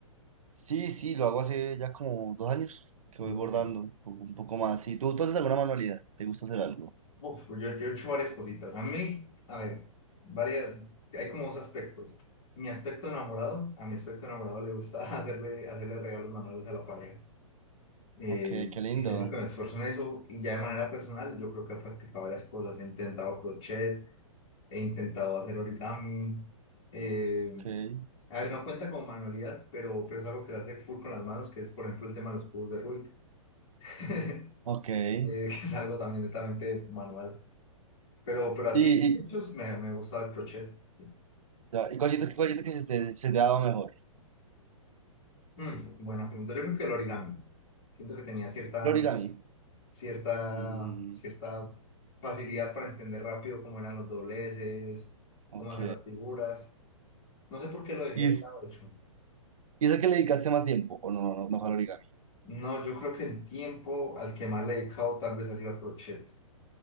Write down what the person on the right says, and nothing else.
Sí, sí, lo hago hace ya como dos años que
voy bordando
un poco, un poco más. Sí, ¿tú, tú haces alguna manualidad? ¿Te gusta hacer algo?
Ok, qué lindo.
Ok,
ok. ¿Y,
y,
ya, ¿y cuál sientes, cuál sientes que se te, se te ha dado mejor?
El origami.
Mm,
ok.
¿Y, es-
y es el que le dedicaste más tiempo? ¿O no, no, no fue al origami?